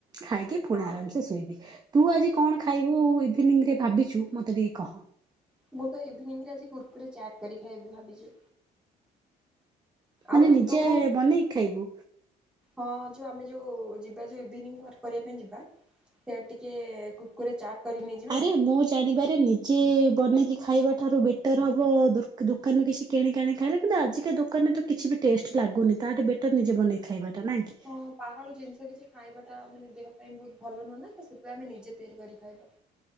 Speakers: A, on the right (about 25°); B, in the centre.
A: ଖାଇକି ପୁଣି
B: ହଁ
A: ଆରାମସେ ଶୋଇବି ତୁ ଆଜି କଣ ଖାଇବୁ ଇଭିନିଂରେ ଭାବିଛୁ ମୋତେ ଟିକେ କହ।
B: ମୁଁ ତ ଇଭିନିଂରେ ଆଜି କୁୁରକୁୁରେ ଚାଟ୍ କରି ଖାଇବି ଭାବିଛି।
A: ମାନେ
B: ଆଉ
A: ନିଜେ
B: ତୁ
A: ବନେଇକି ଖାଇବୁ?
B: ହଁ ଯାଉ ଆମେ ଯୋଉ ଯିବା ଯୋଉ ଇଭିନିଂ ୱାର୍କ କରିବା ପାଇଁ ଯିବା। ସିଆଡ଼େ ଟିକେ କୁରକୁରେ ଚାଟ୍ କରିକି ନେଇଯିବା
A: ଆରେ
B: କି?
A: ମୁଁ ଜାଣିବାରେ ନିଜେ ବନେଇକି ଖାଇବା ଠାରୁ ବେଟର୍ ହବ ଦୋକା ଦୋକାନରୁ କିଛି କିଣିକାଣି ଖାଇଲେ କିନ୍ତୁ ଆଜିକା ଦୋକାନରେ ତ କିଛି ବି ଟେଷ୍ଟ ଲାଗୁନି ତାଠୁ ବେଟର୍ ନିଜେ ବନେଇ ଖାଇବାଟା ନାଇଁ କି?
B: ହଁ ବାହାରୁ ଜିନିଷ କିଛି ଖାଇବା ଟା ମାନେ ଦେହ ପାଇଁ ବହୁତ ଭଲ ନୁହେଁ ନା ତ ସେଥିାଇଁ ଆମେ ନିଜେ ତିଆରି କରି ଖାଇବା।